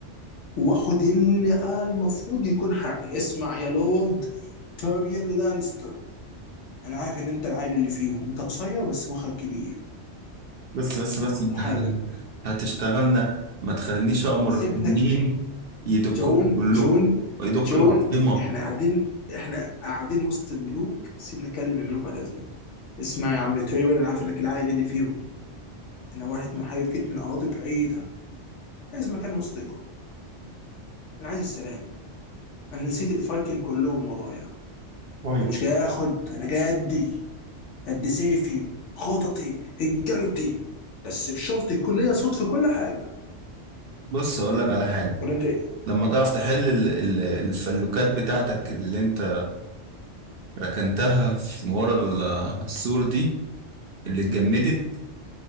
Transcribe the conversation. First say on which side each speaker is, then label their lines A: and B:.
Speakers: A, on the left (about 80°); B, on the right (about 60°).
A: واخد اللي المفروض يكون حقي اسمع يا لورد تيريون لانستر انا عارف ان انت العائل اللي فيهم انت قصير بس مخك كبير
B: بس بس
A: انا
B: بس
A: محاذق
B: انت ه- هتشتغلنا ما تخلينيش امر
A: سيبنك
B: التنين يدكوك
A: جون
B: كلكم
A: جون
B: يدك
A: جون
B: العاصمه
A: احنا قاعدين احنا قاعدين وسط الملوك سيبنا نكلم الملوك بعد اذنك اسمع يا عم تيريون انا عارف انك العائل اللي فيهم انا واحد محارب جيت من اراضي بعيده لازم مكان وسطكم انا عايز السلام انا نسيت الفايكنج كلهم ورايا
B: طيب
A: انا مش جاي اخد انا جاي ادي قد سيفي خططي هجلتي بس بشرط يكون ليا صوت في كل حاجه
B: بص اقول لك على حاجه
A: ولا انت ايه؟
B: لما تعرف تحل ال- ال- الفلوكات بتاعتك اللي انت ركنتها في ورا ال- السور دي اللي اتجمدت